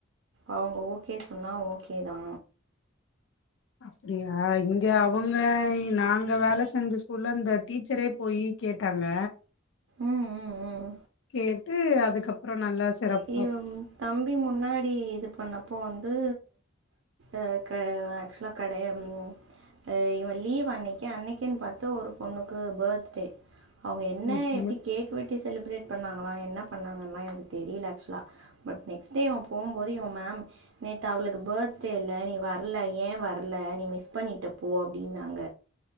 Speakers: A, on the right; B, on the left.
A: அவுங்க ஓகே சொன்னா ஓகே தா
B: அப்டியா இங்க அவ இல்லை நாங்க வேல செஞ்ச ஸ்கூல்ல அந்த டீச்சரே போயி கேட்டாங்க
A: ம் ம் ம்
B: கேட்டு அதுக்கப்பறோ நல்லா சிறப்
A: இவன் தம்பி முன்னாடி இது பண்ணப்போ வந்து ஆ க ஆக்சுவலா கடய அ இவெ லீவ் அன்னக்கி அன்னக்கின் பாத்து ஒரு பொண்ணுக்கு பர்த்டே அவுங்க என்ன
B: ஓகே
A: எப்டி கேக் வெட்டி செலிப்ரேட் பண்ணாங்களா என்ன பண்ணாங்கல்லா எனக்கு தெரில ஆக்சுவலா பட் நெக்ஸ்ட் டே இவெ போம்போது இவெ மேம் நேத்து அவளுக்கு பர்த்டேல்ல நீ வரல ஏ வரல நீ மிஸ் பண்ணிட்ட போ அப்டின்னாங்க